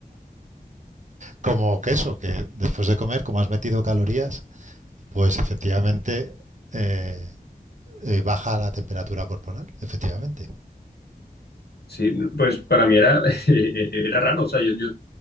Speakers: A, on the right; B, on the left.
A: Como que eso, que después de comer, como has metido calorías, pues efectivamente... eh, eh, baja la temperatura corporal, efectivamente.
B: Sí, pues para mí era, <laughs> era raro, o sea, yo, yo,